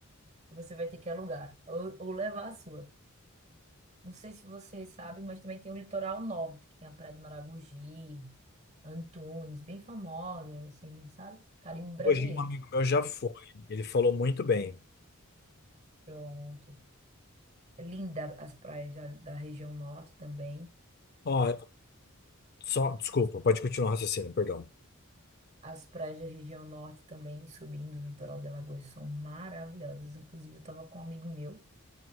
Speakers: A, on the right; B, on the left.
A: você vai ter que alugar ou, ou levar a sua. Não sei se você sabe, mas também tem o litoral norte, que tem a Praia de Maragogi, Antunes, bem famosa, assim, sabe? Caribe brasileiro.
B: Hoje um amigo meu já foi. Ele falou muito bem.
A: Pronto. É Linda as praias da, da região norte também.
B: Ó, só, desculpa, pode continuar o raciocínio, perdão.
A: As praias da região norte também, subindo o litoral de Alagoas, são maravilhosas. Inclusive, eu estava com um amigo meu